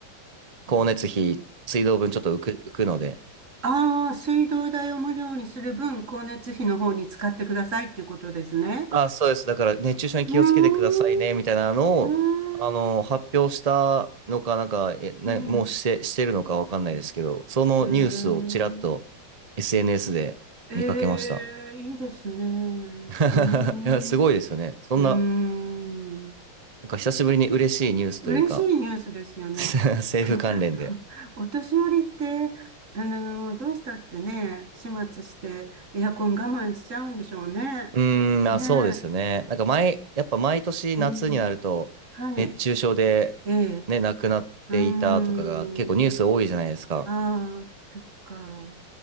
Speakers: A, on the right (about 40°); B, on the right (about 65°).
A: うん。
B: 光熱費、水道分ちょっと浮く、浮くので、
A: ああー、水道代を無料にする分、光熱費の方に使ってくださいっていうことですね。
B: あ、そうです。だから熱中症に気をつけてくださいね、
A: うーん、
B: みたいなのを、
A: うーん
B: あの、発表したのか、なんか、え、な、
A: うん。
B: もうして、してるのかわかんないですけど、そのニュースをちらっと
A: えー、
B: SNS で見かけました。
A: えー、いいですね。うーん。
B: <laughs> いや、すごいですよね。
A: う
B: そんな、
A: ーん。
B: なんか久しぶりに嬉しいニュースというか、
A: 嬉しいニュースですよね。
B: <laughs> 政府関連で。
A: <laughs> お年寄りって、あの、どうしたってね、始末してエアコン我慢しちゃうんでしょうね。
B: うーん、あ、
A: ね
B: そうですね。なんか毎、やっぱ毎年夏になると、
A: え。うん。はい。
B: 熱中症で、
A: ええ。
B: ね、亡くなっていたとかが結構ニュース多いじゃないですか。
A: うーん。ああ、そっか。